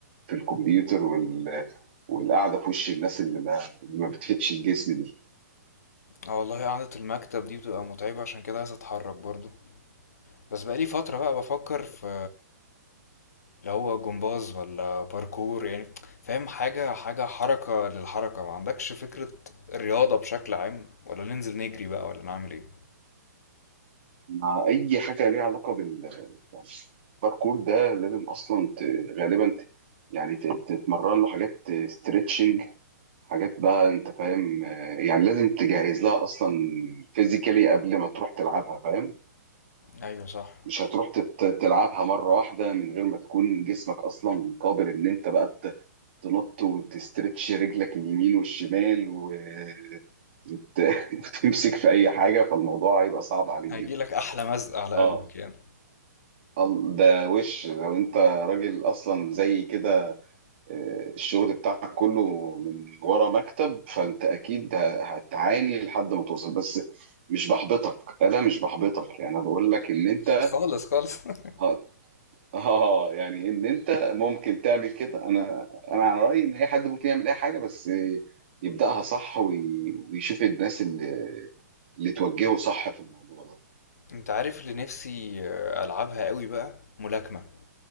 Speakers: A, on the right; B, on the left.
A: في الكمبيوتر وال... والقعده في وش الناس اللي ما اللي ما بتفيدش الجسم دي
B: اه والله قعده المكتب دي بتبقى متعبه عشان كده عايز اتحرك برضو بس بقالي فتره بقى بفكر في اللي هو جمباز ولا باركور يعني فاهم حاجه حاجه حركه للحركه ما عندكش فكره الرياضه بشكل عام ولا ننزل نجري بقى ولا نعمل ايه
A: مع اي حاجه ليها علاقه بال يعني الباركور ده لازم اصلا ت... غالبا ت... يعني ت... تتمرن له حاجات ستريتشنج حاجات بقى انت فاهم آه، يعني لازم تجهز لها اصلا فيزيكالي قبل ما تروح تلعبها فاهم
B: ايوه صح
A: مش هتروح تت- تلعبها مرة واحدة من غير ما تكون جسمك أصلا قابل إن أنت بقى ت- تنط وتسترتش رجلك اليمين والشمال وت- <laughs> وتمسك في أي حاجة فالموضوع هيبقى صعب عليك
B: هيجيلك
A: جدا.
B: احلى مزق على
A: آه
B: قلبك يعني
A: ال- ده وش لو أنت راجل أصلا زي كده آه، الشغل بتاعك كله من ورا مكتب فأنت أكيد ه- هتعاني لحد ما توصل بس مش بحبطك أنا مش بحبطك أنا بقول لك إن أنت
B: خالص خالص <laughs>
A: آه، اه يعني ان انت ممكن تعمل كده انا انا على رايي ان اي حد ممكن يعمل اي حاجه بس يبداها صح وي- ويشوف الناس اللي اللي توجهه صح في الموضوع ده
B: انت عارف اللي نفسي العبها قوي بقى ملاكمه